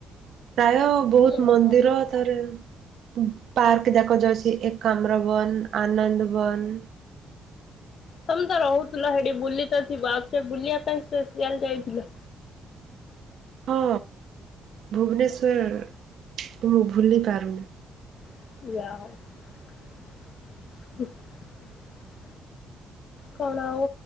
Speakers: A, on the right; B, on the left.
A: ପ୍ରାୟ ବହୁତ
B: ଓହୋ।
A: ମନ୍ଦିର ତାରରେ ପାର୍କ ଯାକ ଯାଉଛି ଏକାମ୍ର ବନ ଆନନ୍ଦ ବନ
B: ତମେ ତ ରହୁଥିଲ ସେଠି ବୁଲି ଯିବ ଆଉଥରେ ସେ ବୁଲିବା ପାଇଁ ସ୍ପେସିଆଲ ଯାଇଥିଲ।
A: ହଁ ଭୁବନେଶ୍ୱର ମୁଁ ଭୁଲି ପାରୁନି।
B: ୟା। କଣ ଆଉ